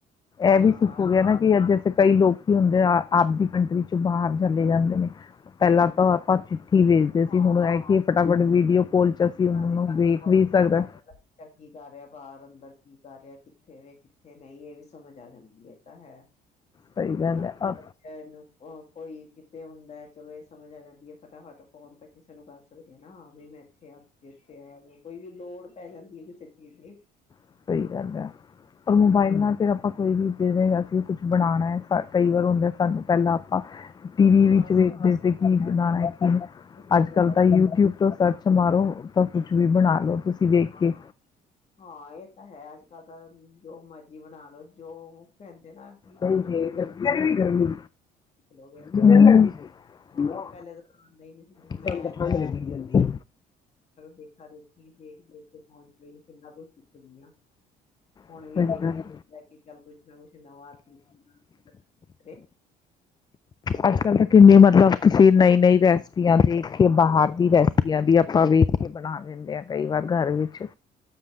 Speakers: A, on the left; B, on the left.
A: ਇਹ
B: ਨਾ
A: ਵੀ ਸੁੱਕ ਹੋ
B: ਨਾਲੇ
A: ਗਿਆ ਨਾ ਕਿ ਅੱਜ ਅੇ ਕਈ ਲੋਕ ਹੁੰਦੇ ਆਪਦੀ ਕੰਟਰੀ ਚ ਬਾਹਰ ਚਲੇ ਜਾਂਦੇ ਨੇ ਪਹਿਲਾਂ ਤਾਂ ਆਪਾਂ ਭੇਜਦੇ
B: ਹਾਂ
A: ਸੀ ਹੁਣ ਇਹ ਕਿ ਫਟਾਫਟ ਵੀਡੀਓ ਕਾਲ 'ਚ ਅਸੀਂ ਉਹਨਾਂ
B: ਨਾਲੇਡੀਓ
A: ਨੂੰ ਵੇਖ
B: ਕਾਲ
A: ਵੀ
B: ਤੇ
A: ਸਕਦਾ
B: ਬਤਾ ਲੱਗ ਜਾਂਦਾ ਬਾ ਕੀ ਕਰ ਰਿਹਾ ਬਾਹਰ ਅੰਦਰ ਕੀ ਕਰ ਰਿਹਾ ਕਿੱਥੇ ਵ ਕਿੱਥੇ ਨਹੀਂ ਇਹ ਵੀ ਸਮਝ ਆ ਜਾਂਦੀ ਹੈ ਤਾਂ ਹੈ
A: ਸਹੀ ਗੱਲ
B: ਨਾਲ
A: ਹੈ ਅ
B: ਬੱਚੇ ਨੂੰ ਉਹ ਕੋਈ ਕਿਤੇ ਹੁੰਦਾ ਹੈ ਚਲੋ ਇਹ ਸਮਝ ਆ ਜਾਂਦੀ ਹੈ ਫਟਾਫਟ ਫੋਨ ਤੇ ਕਿਸੇ ਨੂੰ ਕਰ ਸਕਦੇ ਆ ਨਾ ਹਾਂ ਵੀ ਮੈਂ ਇੱਥੇ ਆ। ਇੱਥੇ ਆ ਕੋਈ ਵੀ ਲੋੜ ਪੈ ਜਾਂਦੀ ਹੈ ਕਿਸੇ ਚੀਜ਼ ਦੀ
A: ਸਹੀ ਗੱਲ ਹੈ ਔਰ
B: ਹੂੰ
A: ਮੋਬਾਈਲ ਨਾਲ ਫਿਰ ਆਪਾਂ ਕੋਈ ਵੀ ਜਿਵੇਂ ਅਸੀਂ ਕੁਛ ਬਣਨਾ ਏ ਕਈ ਵਾਰ ਹੁੰਦਾ ਸਾਨੂੰ ਪਹਿਲਾਂ ਆਪਾਂ ਟੀਵੀ
B: ਹਾਂ,
A: ਵਿੱਚ
B: ਸਹੀ
A: ਵੇਖਦੇ
B: ਗੱਲ
A: ਸੀ ਕਿ
B: ਹੈ
A: ਬਣਾਨਾ
B: ਪਹਿਲਾਂ
A: ਕਿ
B: ਪੁੱਛਣਾ
A: ਅੱਜ
B: ਪੈਂਦਾ
A: ਕੱਲ
B: ਸੀ
A: ਤਾਂ ਯੂਟਿਊਬ
B: ਇਸ ਵਾਰ ਕੀ
A: ਤੋਂ ਸਰਚ
B: ਬਣਾਈਏ।
A: ਮਾਰੋ ਵੀ ਬਣਾ ਲਓ ਤੁਸੀਂ ਵੇਖ
B: ਹਾਂ
A: ਕੇ
B: ਹਾਂ ਇਹ ਤਾਂ ਹੈ ਅੱਜ ਕੱਲ ਤਾਂ ਜੋ ਮਰਜੀ ਬਣਾ ਲੋ ਜੋ ਕਹਿੰਦੇ ਨੇ ਨਾ ਕਿ
A: ਗਰਮੀ
B: ਕੁਛ ਵੀ ਬਣਾ
A: ਗਰਮੀ ਗਰਮੀ
B: ਲੋ <unintelligible> ਖਲਗੇ
A: ਲੱਗਦੀ ਸੀ
B: ਹਾਂ ਪਹਿਲੇ ਤਾਂਦਾ ਨ ਸੀ
A: ਸਾਨੂੰ
B: ਮੈਂ
A: ਤਾਂ ਠੰਡ ਲੱਗੀ ਜਾਂਦੀ
B: ਦੇਖਾ ਦੇਖੀ ਦੇਖ ਕੇ ਫੋਨ ਤੇ ਹੀ ਕਿੰਨਾ ਕੁਛ ਸਿੱਖਦੀ ਆ ਹੁਣ
A: ਹੈ।
B: ਵਛਖ ਲੈ ਕੇ ਕੁਛ ਨਾ ਕੁਛ ਨਵਾਂ <unintelligible>
A: ਅੱਜ ਕਲ ਤਾਂ ਕਿੰਨੀ ਮਤਲਬ ਤੁਸੀਂ ਨਹੀਂ ਨਹੀਂ ਰੇਸੇਪੀ ਦੇਖ ਕੇ ਬਾਹਰ ਦੀ ਰੈਸਪੀਆਂ ਵੀ ਆਪਾਂ ਵੇਖ ਕੇ ਬਣਾ ਲੈਂਦੇ ਹਾਂ ਕਈ ਵਾਰ ਘਰ ਵਿੱਚ